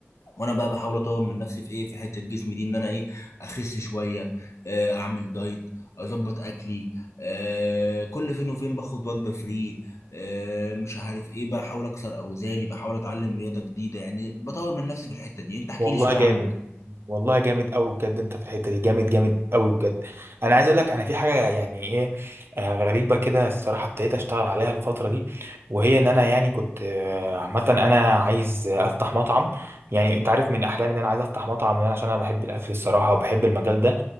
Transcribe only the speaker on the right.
والله
جامد
والله جامد قوي بجد انت في الحته دي جامد جامد قوي بجد انا عايز اقول لك انا في حاجه يعني ايه آه، غريبه كده الصراحه ابتديت اشتغل عليها الفتره دي وهي ان انا يعني كنت آه، عامه انا عايز آه، افتح مطعم يعني انت عارف من احلامي ان انا عايز افتح مطعم يعني عشان انا بحب الاكل الصراحه وبحب المجال ده